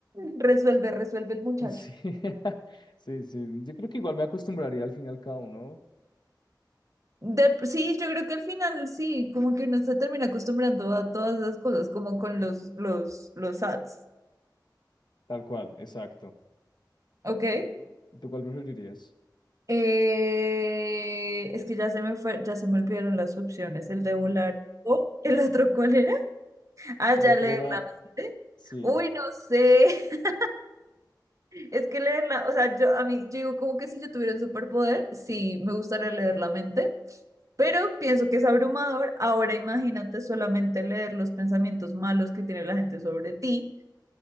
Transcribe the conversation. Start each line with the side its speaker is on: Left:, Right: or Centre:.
Right: Resuelve, resuelve el muchacho.
Left: Sí, <laughs> sí, sí. Yo creo que igual me acostumbraría al fin y al cabo, ¿no?
Right: De- sí, yo creo que al final sí, como que uno se termina acostumbrando a todas esas cosas, como con los, los, los ads.
Left: Tal cual, exacto.
Right: Ok.
Left: ¿Y tú? ¿Y tú cuál preferirías?
Right: Eh, es que ya se me fue, ya se me olvidaron las opciones. El de volar. o ¿el otro cuál era? Ah,
Left: El
Right: ya
Left: otro
Right: leer
Left: era,
Right: la mente.
Left: sí.
Right: Uy, no sé. <laughs> Es que leerla, o sea, yo a mí, yo digo como que si yo tuviera un superpoder, sí, me gustaría leer la mente, pero pienso que es abrumador. Ahora imagínate solamente leer los pensamientos malos que tiene la gente sobre ti.